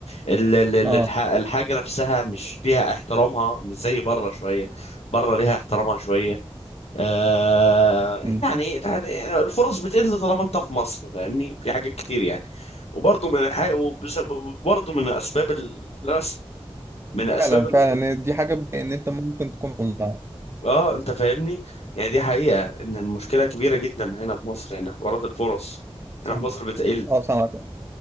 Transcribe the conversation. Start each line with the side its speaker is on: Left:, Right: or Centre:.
Left: ال- ال- ال-
Right: اه
Left: الح- الحاجة نفسها مش ليها احترامها مش زي بره شوية بره ليها احترامها شوية آه
Right: مم.
Left: يعني يعني الفرص بتقل طالما انت في مصر فاهمني في حاجات كتير يعني وبرضه من الحاجة وبرضه من الاسباب الناس من اسباب
Right: فعلا
Left: ال-
Right: فعلا دي حاجة ان انت ممكن تكون اونلاين
Left: اه انت فاهمني يعني دي حقيقة ان المشكلة كبيرة جدا هنا في مصر يعني حوارات الفرص
Right: سامعك
Left: هنا في مصر بتقل
Right: اه سامعك اه